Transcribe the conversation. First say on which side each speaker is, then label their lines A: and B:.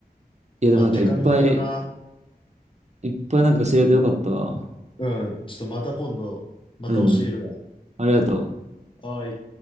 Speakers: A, on the right; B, on the left.
A: いや、でもなんかいっぱい、
B: まあ、って感じかな。
A: いっぱいなんか知れてよかったわ。
B: うん。ちょっとまた今度、また教えるわ。
A: うん。ありがとう。
B: はーい。